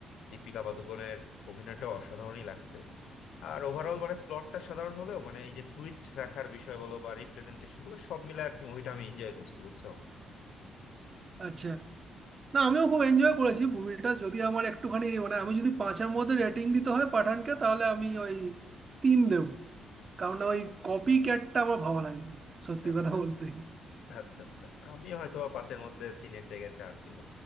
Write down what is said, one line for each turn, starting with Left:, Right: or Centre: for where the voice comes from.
Left: দীপিকা পাদুকোনের অভিনয়টা অসাধারণই লাগছে আর ওভারঅল মানে প্লটটা সাধারণ হলেও মানে এই যে টুইস্ট রাখার বিষয় বলো বা রিপ্রেজেন্টেশন গুলো সব মিলে আর কি মুভিটা আমি এনজয় করছি বুঝছো
Right: আচ্ছা না আমিও খুব এনজয় করেছি মুভিটা যদি আমার একটুখানি মানে আমি যদি পাঁচের মধ্যে রেটিং দিতে হয় পাঠানকে তাহলে আমি ওই তিন দেবো কারণ না ওই কপি ক্যাটটা আমার ভালো লাগেনি সত্যি
Left: আচ্ছা
Right: কথা
Left: আচ্ছা
Right: বলতে
Left: আচ্ছা আচ্ছা আমি হয়তো বা পাঁচের মধ্যে তিনের জায়গায় চার দিব